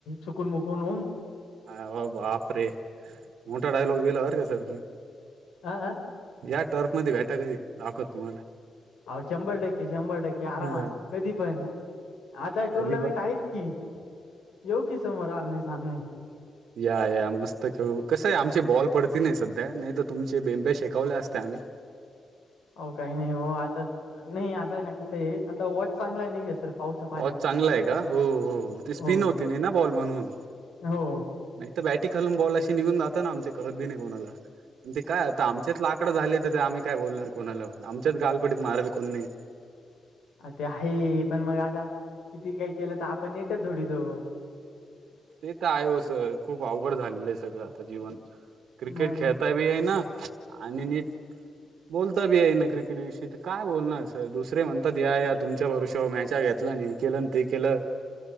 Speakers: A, on the left; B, on the right.
A: त कु मुकोून
B: अ वा बाप रे मोठाडाईलोग वेला वर का सर प
A: ह ह
B: या टर्फ मध्ये भेटा कधी दाखवत तुम्हाला
A: अह शंभर टक्के शंभर टक्के आरामात
B: हम्म
A: कधी पण आता
B: कधी
A: टुर्नामेंट
B: पण
A: आहेत कि येऊ की समोर आमने सामने
B: या या मस्त खेळू कसं आहे आमची बॉल पडती नाही सध्या नाही तर तुमचे बेंबे शेकवले असतेम्ही
A: हो काही नाही हो आता नाही आता आहे ना कसं आहे आता वॉच चांगला आहे नाही घ सर पावसा पाण्यात
B: वॉच चांगला आहे का हो हो ते स्पिन
A: हो
B: होते नाही ना बॉल म्हणून
A: हो
B: नाही बॅटी घालून बॉल अशी निघून जाता ना आमचे कळत ब नाही कोणाला ते काय आता आमचे ला आकड झा तर तर आम्ही काय बोलणार कोणाला आमच्यात गालपडीत मारायला कोण नाही
A: अ ते आहे पण मग आता किती काय केलं तर आपण नेटच ोडीतो
B: ते तर आहेयस खूप अवघड झालेलं आहे सगळं आता जीवन क्रिकेट
A: मग
B: खेळताय आणि नीट बोलता बी आहे ना क्रिकेट विषयी तर काय बोलणार सर दुसरे म्हणतात या या तुमच्या भरष मॅच्या घेत केतला हे केलं न ते केलं